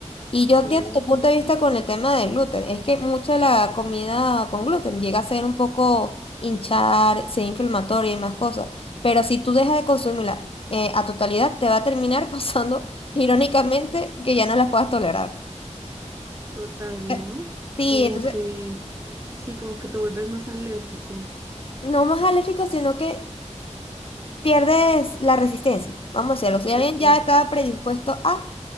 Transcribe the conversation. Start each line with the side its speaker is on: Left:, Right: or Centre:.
Left: Y yo entiendo
Right: Ah,
Left: tu punto de vista con el tema del gluten. Es que mucha de la comida con gluten llega a ser un poco hinchar, ser inflamatoria y más cosas. Pero si tú dejas de consumirla eh, a totalidad, te va a terminar <laughs> causando, irónicamente, que ya no las puedas tolerar.
Right: total,
Left: Eh,
Right: ¿no?
Left: Sí,
Right: Como
Left: entonces,
Right: que, sí, como que te vuelves más alérgico.
Left: no más alérgico, sino que pierdes la resistencia. Vamos a decirlo. Si
Right: Ok.
Left: alguien ya está predispuesto a,